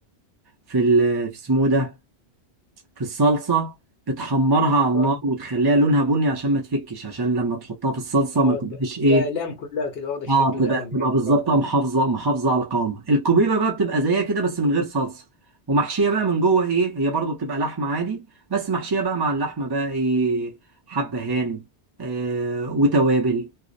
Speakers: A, on the right; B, on the left.
A: في ال... في اسمه إيه ده في الصلصه بتحمرها على النار
B: اه
A: وتخليها لونها بني عشان ما تفكش عشان لما تحطها في الصلصه
B: اه
A: ما تبقاش
B: ت-
A: ايه
B: تبقى اقلام كلها كده واخده الشكل
A: اه
B: القلم
A: تبقى تبقى
B: يعني
A: بالظبط
B: طيب.
A: آه، محافظه محافظه على قوامها الكوبيبه بقى بتبقى زيها كده بس من غير صلصه ومحشيه بقى من جوه ايه هي برضو بتبقى لحمه عادي بس محشيه بقى مع اللحمه بقى ايه حبهان آه وتوابل